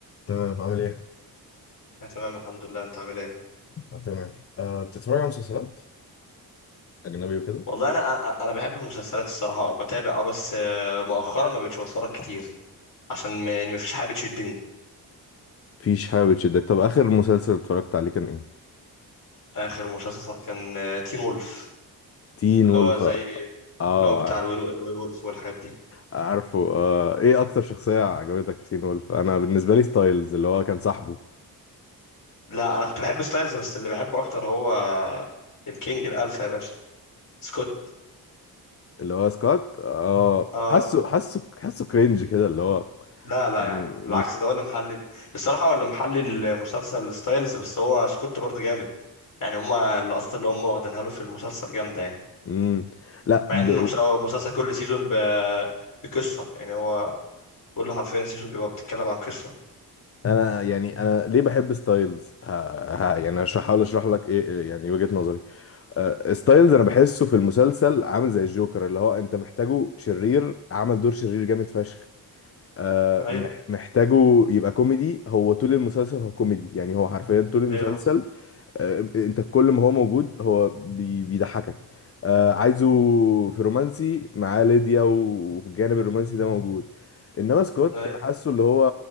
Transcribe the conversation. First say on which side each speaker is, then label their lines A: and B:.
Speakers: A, on the left; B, on the left.
A: تمام عامل ايه؟
B: أنا تمام الحمد لله أنت عامل إيه؟
A: آه، تمام أه بتتفرج على مسلسلات أجنبي وكده؟
B: والله أنا أ- أنا بحب المسلسلات الصراحة بتابع أه بس آه، مؤخرا ما بقتش بتفرج كتير عشان ما يعني ما فيش حاجة بتشدني
A: مفيش حاجة بتشدك طب آخر مسلسل اتفرجت عليه كان ايه؟
B: آخر مسلسل كان آه، تين وولف
A: تين
B: اللي
A: وولف
B: هو زي
A: اه
B: اللي هو بتاع
A: ع-
B: الوير الوير وولف والحاجات دي
A: عارفه آه. ايه أكتر شخصية عجبتك في تين وولف؟ أنا بالنسبة لي ستايلز اللي هو كان صاحبه
B: لا أنا كنت بحب ستايلز بس اللي بحبه أكتر هو الكينج الألفا يا باشا سكوت
A: اللي هو سكوت اه
B: آه
A: حاسه حاسه حاسه كرينج كده اللي هو
B: لا لا
A: يعني
B: يا عم
A: مش
B: بالعكس ده هو اللي محلل الصراحة هو اللي محلل المسلسل ستايلز بس هو سكوت برضه جامد يعني هما اللقطات اللي هما واخدينها له في المسلسل جامدة يعني
A: مم. لا
B: مع
A: ب...
B: ان المس- هو المسلسل كل سيزون ب... بقصه يعني هو كل حرفيا سيزون بيبقى بتتكلم عن قصه
A: أنا يعني أنا ليه بحب ستايلز؟ ه... ه... يعني هش- هحاول أشرح لك ايه إيه يعني وجهة نظري آه، ستايلز انا بحسه في المسلسل عامل زي الجوكر اللي هو انت محتاجه شرير عمل دور شرير جامد فشخ آه،
B: ايوه
A: مح- محتاجه يبقى كوميدي هو طول المسلسل هو كوميدي يعني هو حرفيا طول المسلسل
B: ايوه حسن
A: آه، انت كل ما هو موجود هو بي- بيضحكك آه، عايزه في رومانسي معاه ليديا و- وفي الجانب الرومانسي ده موجود انما سكوت
B: ايوه
A: انا حاسه اللي هو